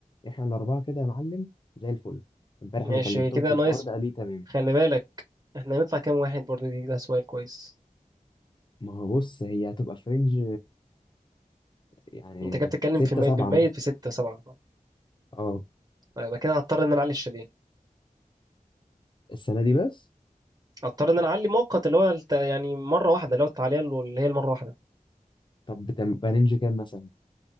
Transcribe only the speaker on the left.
احنا الاربعه كده يا معلم زي الفل امبارح
انا كلمتهم
في الحوار
ده قال لي تمام
ما هو بص هي هتبقى فرنج يعني
ستة
سبعة
مثلا
اه
السنة دي بس
طب بتبقى رينج كام مثلا